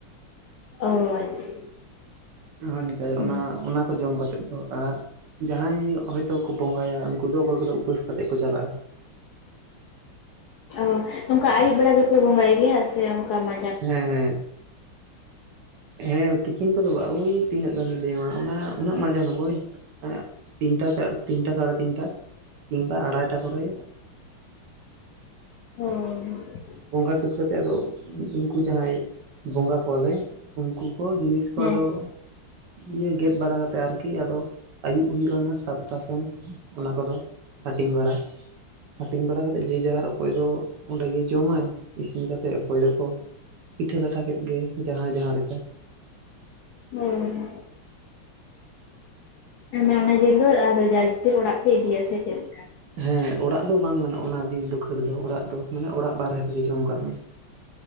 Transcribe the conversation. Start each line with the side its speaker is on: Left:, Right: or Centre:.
Left: ᱚᱻ ᱟᱪᱪᱷᱟ,
Right: ᱱᱚᱜᱼᱚᱭ ᱱᱤᱛᱟᱹᱜ
Left: ᱦᱮᱸ
Right: ᱚᱱᱟ ᱚᱱᱟᱠᱚ ᱡᱚᱢ ᱠᱟᱛᱮᱫ ᱫᱚ ᱟᱨ ᱡᱟᱦᱟᱸᱭ ᱦᱚᱭᱛᱚ ᱠᱚ ᱵᱚᱸᱜᱟᱭᱟ, ᱩᱱᱠᱩ ᱫᱚ ᱚᱠᱚᱭ ᱠᱚᱫᱚ ᱩᱯᱟᱹᱥ ᱠᱟᱛᱮᱜ ᱠᱚ ᱪᱟᱞᱟᱜᱼᱟ᱾
Left: ᱚ ᱱᱚᱝᱠᱟ ᱟᱹᱭᱩᱵ ᱵᱮᱲᱟ ᱜᱮᱯᱮ ᱵᱚᱸᱜᱟᱭ ᱜᱮᱭᱟ ᱥᱮ ᱚᱝᱠᱟ ᱢᱟ
Right: ᱦᱮᱸ ᱦᱮᱸ, ᱦᱮᱸ ᱛᱤᱠᱤᱱ ᱠᱚᱫᱚ ᱵᱟᱝ ᱳᱭ ᱛᱤᱱᱟᱹᱜ ᱜᱟᱱᱤᱧ ᱞᱟᱹᱭᱟᱹᱢᱟ ᱚᱱᱟ ᱩᱱᱟᱹᱜ ᱢᱟᱡᱟᱱ ᱦᱚᱸ ᱵᱳᱭ ᱮᱜ ᱛᱤᱱᱴᱟ ᱥᱟ ᱛᱤᱱᱴᱟ ᱥᱟᱲᱮ ᱛᱤᱱᱴᱟ ᱠᱤᱝᱵᱟ ᱟᱲᱟᱭᱴᱟ ᱠᱚᱨᱮ
Left: ᱚᱻ
Right: ᱵᱚᱸᱜᱟ ᱥᱟᱹᱛ ᱠᱟᱛᱮᱜ ᱟᱫᱚ ᱩᱱᱠᱩ ᱡᱟᱦᱟᱸᱭ ᱵᱚᱸᱜᱟ ᱠᱚᱣᱟᱞᱮ ᱩᱱᱠᱩ ᱠᱚ ᱡᱤᱱᱤᱥ ᱠᱚ
Left: ᱦᱮᱸ
Right: ᱟᱫᱚ ᱤᱭᱟᱹ ᱜᱮᱫ ᱵᱟᱲᱟ ᱠᱟᱛᱮᱜ ᱟᱨᱠᱤ ᱟᱫᱚ ᱟᱹᱭᱩᱵ ᱦᱩᱭᱩᱜᱼᱟ ᱥᱟᱛᱴᱟ ᱥᱮᱱ ᱚᱱᱟ ᱠᱚᱫᱚ ᱦᱟᱴᱤᱝ ᱵᱟᱲᱟ ᱦᱟᱹᱴᱤᱝ ᱵᱟᱲᱟ ᱠᱟᱛᱮᱜ ᱡᱮ ᱡᱟᱦᱟᱨ ᱚᱠᱚᱭ ᱫᱚ ᱚᱸᱰᱮᱜᱮ ᱡᱚᱢᱟᱭ ᱤᱥᱤᱱ ᱠᱟᱛᱮᱜ ᱚᱠᱚᱭ ᱫᱚᱠᱚ ᱯᱤᱴᱷᱟᱹ ᱞᱟᱴᱷᱟ ᱠᱮᱫ ᱜᱮ ᱡᱟᱦᱟᱸᱭ ᱡᱟᱦᱟᱸ ᱞᱮᱠᱟ
Left: <unintelligible> ᱚᱱᱟ ᱚᱱᱟ ᱡᱤᱞ ᱫᱚ ᱟᱫᱚ ᱡᱟ ᱡᱤᱞ ᱚᱲᱟᱜ ᱯᱮ ᱤᱫᱤᱭᱟ ᱥᱮ ᱪᱮᱜ ᱠᱟ?
Right: ᱦᱮᱸ, ᱚᱲᱟᱜ ᱫᱚ ᱵᱟᱝ ᱜᱟᱱᱚᱜᱼᱟ ᱚᱱᱟ ᱡᱤᱞ ᱫᱚ ᱠᱷᱟᱹᱲ ᱫᱚ᱾ ᱚᱲᱟᱜ ᱫᱚ ᱢᱟᱱᱮ ᱚᱲᱟᱜ ᱵᱟᱨᱦᱮ ᱨᱮᱜᱮ ᱡᱚᱢ ᱠᱟᱜ ᱢᱮ᱾